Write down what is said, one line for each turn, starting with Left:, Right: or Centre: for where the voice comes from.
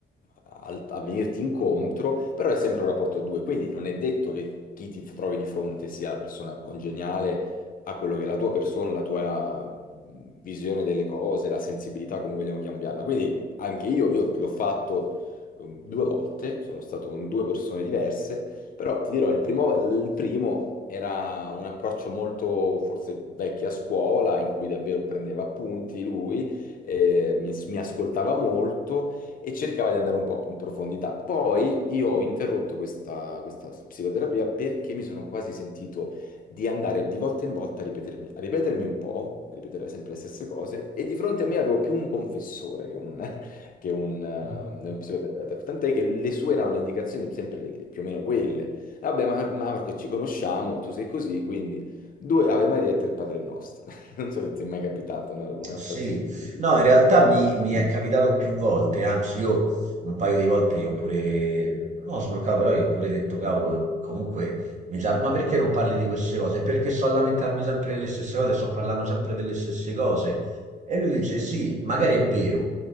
Left: al- a venirti incontro, però è sempre un rapporto a due, quindi non è detto che chi ti trovi di fronte sia una persona congeniale a quello che è la tua persona, la tua mm, visione delle cose, la sensibilità, come vogliamo cambiarla. Quindi anche io, io l'ho fatto eh, due volte, sono stato con due persone diverse, però ti dirò, il primo, il primo era un approccio molto forse vecchio a scuola, in cui davvero prendeva appunti lui, eh, mi, mi ascoltava molto e cercava di andare un po' in profondità. Poi io ho interrotto questa questa psicoterapia perché mi sono quasi sentito di andare di volta in volta a ripetermi, a ripetermi un po', a ripetere sempre le stesse cose, e di fronte a me avevo più un confessore che un, <laughs> che un, eh,
Right: Mm.
Left: uno psicoterapeuta, tant'è che le sue erano le indicazioni sempre le- più o meno quelle. Vabbè, ma, ma Marco, ci conosciamo, tu sei così, quindi due Ave Maria e tre Padre Nostro. <laughs> Non so se ti è mai capitato, no, Un approccio
Right: Sì,
Left: di questo tipo.
Right: no, in realtà mi, mi è capitato più volte, anzi io un paio di volte io ho pure, no, sbroccato, però io ho pure detto, cavolo, comunque, mi sa, ma perché non parli di queste cose? Perché sto a lamentarmi sempre delle stesse cose, sto parlando sempre delle stesse cose. E lui dice, sì, magari è vero.